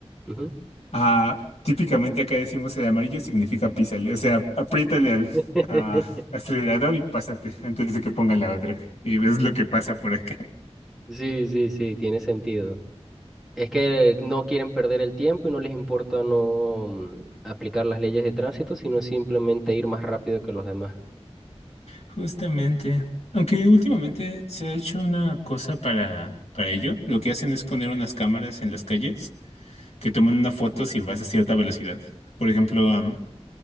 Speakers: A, in the centre; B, on the left.
A: ujú.
B: Ah, típicamente acá decimos el amarillo significa písale, o sea, apriétale al
A: <laughs>
B: ah, acelerador y pásate antes de que pongan la otra. Y ves lo que pasa por acá.
A: Sí, sí, sí, tiene sentido. Es que eh, no quieren perder el tiempo y no les importa no mm, aplicar las leyes de tránsito, sino simplemente ir más rápido que los demás.
B: Justamente. Aunque últimamente se ha hecho una cosa para, para ello. Lo que hacen es poner unas cámaras en las calles que toman una foto si vas a cierta velocidad. Por ejemplo, am,